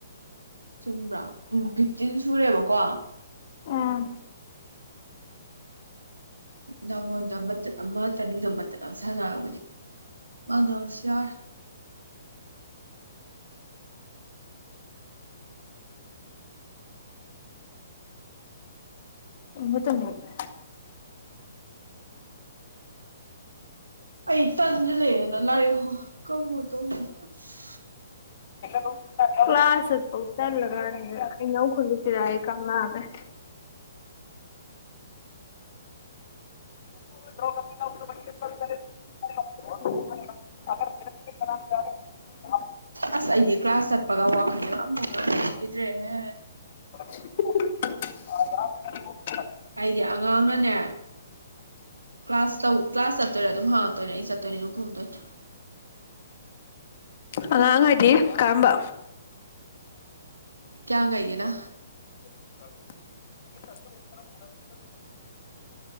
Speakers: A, on the right; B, on the left.
A: ꯆꯨꯝꯕ꯭ꯔꯥ ꯎꯝ ꯐꯤꯐꯇꯤꯟ ꯁꯨꯔꯦꯕꯀꯣ
B: ꯑꯥ
A: ꯅꯪꯉꯣꯟꯗ ꯃꯇꯠ ꯑꯃ ꯇꯂꯨꯗ ꯃꯇꯠ ꯑꯃ ꯁꯥꯟꯅꯔꯝꯃꯗꯤ ꯃꯥꯡꯗꯕꯁꯨ ꯌꯥꯏ
B: ꯫ <unintelligible>
A: ꯑꯩ ꯇꯟꯖꯜ ꯂꯦ <unintelligible>
B: ꯇꯨꯡ ꯀ꯭ꯂꯥꯁ ꯆꯠ ꯐꯥꯎ ꯇꯜꯂꯀꯥꯟꯁꯤꯗ ꯑꯩꯅꯧ ꯈꯨꯂꯨꯁꯤꯔꯥꯌꯦ ꯀꯪꯂꯥꯗ <inaudible> <unintelligible>
A: ꯑꯁ ꯑꯩꯒꯤ ꯀ꯭ꯂꯥꯁ ꯆꯠꯄꯒ ꯋꯥꯈꯜꯗ ꯑꯃꯨꯛ ꯂꯩꯈꯤꯗ꯭ꯔꯦꯍꯦ
B: <inaudible>
A: ꯑꯩꯒꯤ ꯑꯉꯥꯡꯅꯅꯦ ꯀ꯭ꯂꯥꯁ ꯇꯧ ꯀ꯭ꯂꯥꯁ ꯆꯠꯇꯔ ꯑꯗꯨꯝ ꯍ ꯇꯣ ꯅ ꯑꯩꯆꯠꯅꯤ ꯗꯨꯝ ꯈꯨꯗꯣꯏꯅꯤ <unintelligible>
B: ꯑꯥꯡꯉꯥꯏ <unintelligible> ꯗꯤ ꯀꯝꯕ
A: ꯀꯌꯥ ꯉꯦꯒꯤꯅ
B: <inaudible>